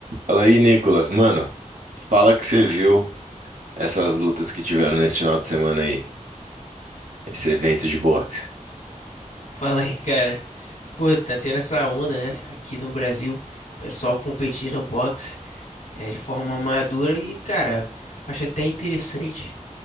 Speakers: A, on the right; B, on the left.
A: Fala aí, Nicolas. Mano, fala que você viu essas lutas que tiveram nesse final de semana aí, esse evento de boxe.
B: Fala aí, cara. Pô, tá tendo essa onda, né? Aqui no Brasil, o pessoal competindo no boxe é, de forma madura e, cara, acho até interessante,